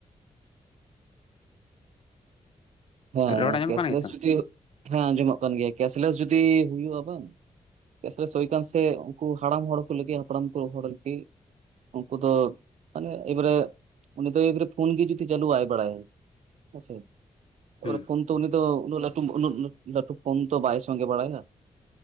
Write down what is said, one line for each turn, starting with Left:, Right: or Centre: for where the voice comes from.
Right: ᱦᱮᱸ
Left: ᱨᱚᱲ ᱟᱸᱡᱚᱢᱚᱜ
Right: ᱠᱮᱥᱼᱞᱮᱥ
Left: ᱠᱟᱱᱟ ᱜᱮᱛᱚ
Right: ᱡᱩᱫᱤ ᱦᱮᱸ ᱟᱸᱡᱚᱢᱚᱜ ᱠᱟᱱ ᱜᱮᱭᱟ ᱠᱮᱥᱼᱞᱮᱥ ᱡᱩᱫᱤ ᱦᱩᱭᱩᱜ-ᱟ ᱵᱟᱝᱼᱼ ᱪᱮᱫᱟᱜ ᱥᱮ ᱥᱳᱭ ᱠᱟᱱ ᱥᱮ ᱩᱱᱠᱩ ᱦᱟᱲᱟᱢ ᱦᱚᱲ ᱠᱚ ᱞᱟᱹᱜᱤᱜ ᱦᱟᱯᱲᱟᱢ ᱠᱚ ᱦᱚᱲ ‌ᱞᱟᱹᱜᱤᱜ᱾ ᱩᱱᱠᱩ ᱫᱚ ᱢᱟᱱᱮ ᱮᱭ ᱵᱟᱨᱮ ᱩᱱᱤ ᱫᱚ ᱮᱭ ᱵᱟᱨᱮ ᱯᱷᱩᱱ ᱜᱮ ᱡᱩᱫᱤ ᱪᱟᱹᱞᱩ ᱵᱟᱭ ᱵᱟᱲᱟᱭᱟ᱾ ᱦᱮᱸᱥᱮ᱾
Left: ᱦᱩᱸ
Right: ᱳᱭ ᱨᱚᱠᱚᱢ ᱛᱚ ᱩᱱᱤ ᱫᱚ ᱩᱱᱟᱹᱜ ᱞᱟᱹᱴᱩ ᱩᱱᱟᱹᱜ ᱞᱟᱹ ᱞᱟᱹᱴᱩ ᱯᱷᱳᱱ ᱛᱚ ᱵᱟᱭ ᱥᱚᱝᱜᱮ ᱵᱟᱲᱟᱭᱟ᱾